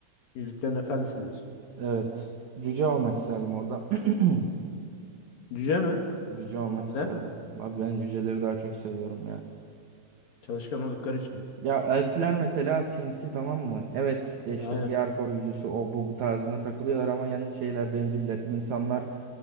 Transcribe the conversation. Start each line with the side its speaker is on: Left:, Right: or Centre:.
Left: Yüzüklerin Efendisi diyorsun.
Right: Evet. Cüce almak isterdim orada. <clears throat>
Left: Cüce mi?
Right: Cüce almak
Left: Neden?
Right: isterdim. Abi ben cüceleri daha çok seviyorum ya.
Left: Çalışkan oldukları için mi?
Right: Ya elfler mesela sinsi tamam mı? Evet de işte
Left: Aynen.
Right: diğer koruyucusu o bu, bu tarzında takılıyorlar ama yani şeyler benciller. İnsanlar